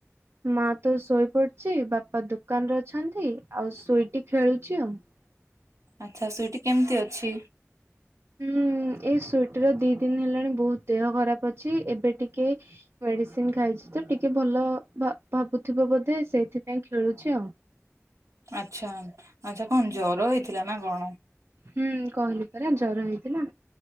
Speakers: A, on the right (about 55°); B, on the right (about 85°).
A: ମା ତ ଶୋଇ ପଡ଼ିଛି। ବାପା ଦୋକାନରେ ଅଛନ୍ତି। ଆଉ ସୁଇଟି ଖେଳୁଛି ଆଉ- <inaudible>
B: ଆଛା ସୁଇଟି କେମିତି ଅଛି?
A: ହୁଁ ଏ ସୁଇଟିର ଦି ଦିନ ହେଲାଣି ବହୁତ ଦେହ ଖରାପ ଅଛି। ଏବେ ଟିକେ ମେଡିସିନ ଖାଇଛି। ତ ଟିକେ ଭଲ ଭାବୁଥିବ ବୋଧେ, ସେଇଥିପାଇଁ ଖେଳୁଛି ଆଉ
B: ଆଛା ଆଛା କଣ ଜର ହେଇଥିଲା, ନା କଣ?
A: ହୁଁ, କହିଲି ପରା ଜର ହେଇଥିଲା।